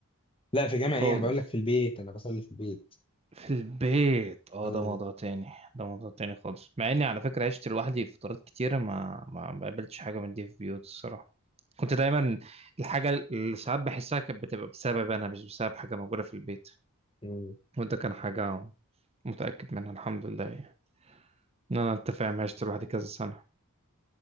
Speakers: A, on the left (about 25°); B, on the right (about 30°).
A: لا في جامعة
B: خالص
A: ايه انا بقول لك في البيت انا بصلي في البيت
B: في البيت اه
A: مم.
B: ده موضوع تاني ده موضوع تاني خالص مع اني على فكرة عشت لوحدي في فترات كتيرة ما ما ما قابلتش حاجة من دي في بيوت الصراحة كنت دايما الحاجة اللي ساعات بحسها كانت بتبقى بسبب انا مش بسبب حاجة موجودة في البيت
A: مم.
B: وده كان حاجة متأكد منها الحمد لله يعني ان انا انت فاهم عشت لوحدي كذا سنة